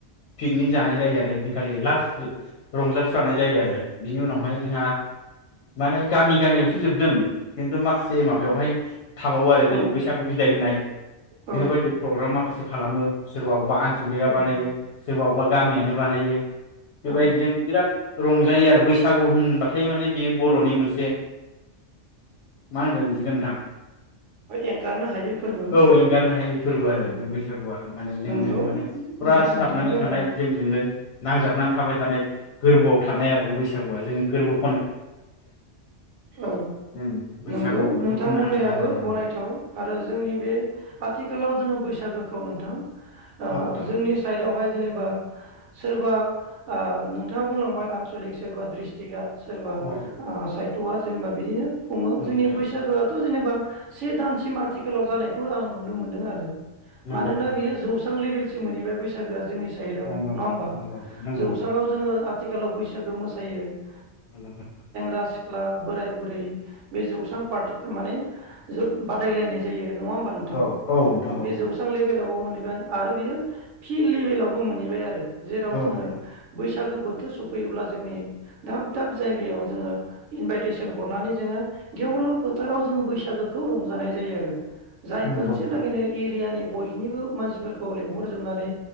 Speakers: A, on the left (about 65°); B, on the right (about 75°).
A: पिकनिक जानाय जायो आरो ओइदिनखालि लास्ट। रंजास्रानाय जायो आरो। बिनि उनावहाय जोंहा माने गामि गामियाव। जोबदों खिन्थु माखासे माबायावहाय। थाबावो आरो जेरै
B: औ
A: बैसागु बिदाय होनाय
B: औ
A: बेफोरबायदि प्रग्राम माखासे। खालामो सोरबा । सोरबा बा आनसलिगा
B: औ
A: बानायो। गामियानो बानायो। बे
B: औ
A: बायदिजों बिराद। रंजायो आरो बैसागु होनबाथाय माने बे बरनि मोनसे मा होनगोन बिदिखौ नोंथां।
B: एंगारनो हायै फोरबो
A: औ एंगारनो हायि फोरबो आरो
B: औ
A: बे बैसागुआ माने जोंजों
B: नंगौ
A: माने फुरा
B: नोंथां
A: सिथाबनानै
B: बुंनायाबो
A: थानाय जोंजोंनो। नांजाबनानै थाबाय थानाय गोरबोआव थानाय आरो बे बैसागुआ जोंनि गोरबोखौ
B: औ
A: जों बैसागु
B: नंगौ
A: होनबाथाय
B: नोंथां
A: जोंना
B: बुंनायाबो
A: आलादा जायो
B: गनायथाव आरो जोंनि बे आथिखालाव जोङो बैसागुखो औ नोंथां ओ
A: औ नोंथां
B: जोंनि साइदावहाय जेनेबा सोरबा नोंथाङा बुंलांबाय आनसलिक सोरबा द्रिसथिगआ सोरबा
A: औ
B: आ साइथवा जेनेबा बिदिनो खुङो
A: नोंथां
B: जोंनि बैसागुआथ
A: औ
B: जेनेबा जेनेबा से दानसिम आथिखालाव जानायखौ आं नुनो मोनदों आरो ।
A: नंगौ
B: मानोना
A: नोंथां
B: बेयो जौस्रां लेभेलसिम मोनहैबाय बैसागुआ जोंनि नङा
A: नंगौ नोंथां
B: होमबा
A: नंगौ
B: जौस्राङाव
A: नोंथां
B: जोङो आथिखालाव बैसागु मोसायो ।
A: नंगौ नोंथां।
B: सेंग्रा सिख्ला बोराय बुरै बे जौस्रां पार्टि
A: औ
B: माने ज बादायलायनाय जायो । नङा होमबा नोंथां
A: औ औ नोंथां औ
B: बे जौस्रां लेबेलावबो मोनहैबाय आरो बेयो फिल लेभेलावबो मोनहैबाय आरो । जेराव
A: औ
B: जोङो
A: नोंथां
B: बैसागु बोथ सफैयोब्ला जोंनि दाब दाब जायगायाव जोङो इनभाइटेसन हरनानै जोङो गेवलां फोथाराव जोङो बैसागुखौ रंजानाय जायो आरो । जाय
A: नंगौ
B: खनसे
A: नोंथां
B: लागैनो एरियानि बयनिबो मानसिफोरखौ लेंहरजोबनानै